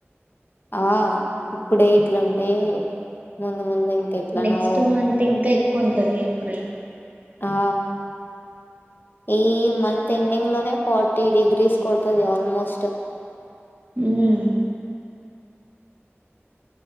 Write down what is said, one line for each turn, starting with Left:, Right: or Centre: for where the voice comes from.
Left: ఆ ఇప్పుడే ఇట్లుంటే ముందు ముందు ఇంక ఎట్లనో
Right: నెక్స్ట్ అంత ఇంకా కొంటది ఏప్రిల్
Left: ఆ ఈ మంత్ ఎండింగ్ లోనే ఫార్టీ డిగ్రీస్ కొడుతుది ఆల్మోస్ట్
Right: హ్మ్మ్